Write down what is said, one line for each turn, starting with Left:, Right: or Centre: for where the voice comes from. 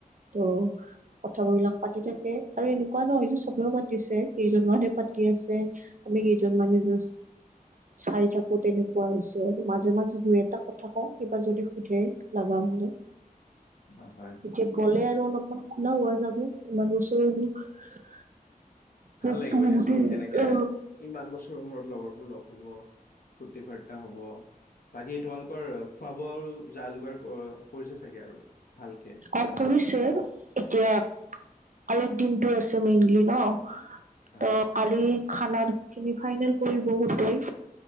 Right: তো কথা <unintelligible> বিলাক পাতি থাকে আৰু এনে কুৱা ন এইযু চবেও পাতিছে কেইজনমানে পাতিয়ে আছে। আমি কেইজনমানে জাষ্ট চাই থাকো তেনেকুৱা হৈছে। মাজে দুই এটা কথা কওঁ কিবা যদি সোধে লাগা হলে।
Left: অ হয়
Right: এতিয়া গ'লে আৰু অলপ ইমান খুলা হোৱা যাব ইমান <unintelligible>
Left: ভাল
Right: মোকতো
Left: লাগিব
Right: বহুতে
Left: দিয়াচোন এনেকে
Right: অ
Left: ইমান বছৰৰ মূৰত লগৰবোৰ লগ হব ফূৰ্তি ফাৰ্তা হব। বাকী তোমালোকৰ খোৱা বোৱা আৰু যা যোগাৰ ক - কৰিছে চাগে আৰু? ভালকে
Right: অ'
Left: খানা
Right: কৰিছে। এতিয়া কালিৰ দিনটো আছে মেইনলি ন।
Left: হয়
Right: তো কালি খানাৰ খিনি ফাইনেল কৰিব গোটেই।